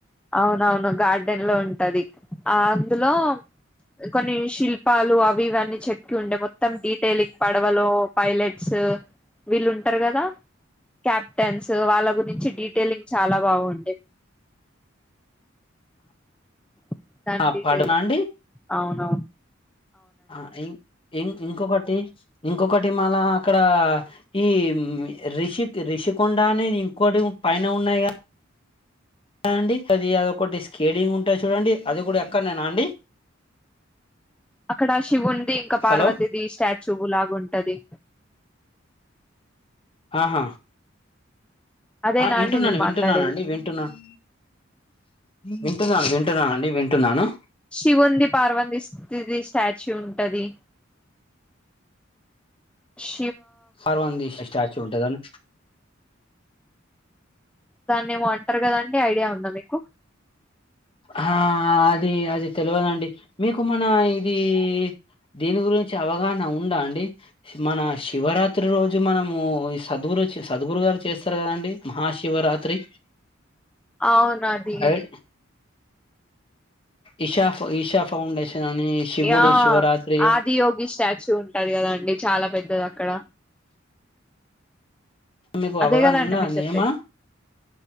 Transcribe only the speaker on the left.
ఆ పడనా అండి
ఆ ఇం ఇం ఇంకొకటి ఇంకొకటి మళ అక్కడా ఈ రిషి రిషికొండ అనేది ఇంకొటి పైన ఉన్నాయి కద అండి అది అదిొ ఒకటి స్కేటింగ్ ఉంటది చూడండి అది కూడ ఎక్కడ్నెనా అండి
హలో
ఆహ
ఆ వింటున్నా
అండి వింటున్నానండి
వింటున్నాను వింటున్నాను వింటున్నానండి వింటున్నాను
పార్వంది స్టాచ్యు ఉంటుదని
ఆ అది అది తెలవదండి మీకు మన ఇది దీని గురించి అవగాహన ఉందా అండి మన శివరాత్రి రోజు మనము సద్గురు సద్గురు గారు చేస్తారు కదండి మహాశివరాత్రి
ఐ- ఇషా ఈషా ఫౌండేషన్ అని శివుడు
శివరాత్రి
మీకు
అవగాహన
ఉందా
అండి
ఏమా